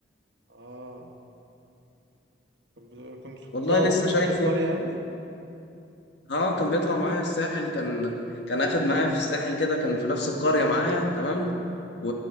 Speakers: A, on the right (about 75°); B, on the left (about 75°).
A: اه كان بت- كنتوا بتطلعوا
B: والله لسه
A: في
B: شايفه
A: نفس القريه يعني
B: اه كان بيطلع معايا الساحل كان كان اخد معايا في الساحل كده كان في نفس القرية معايا تمام و...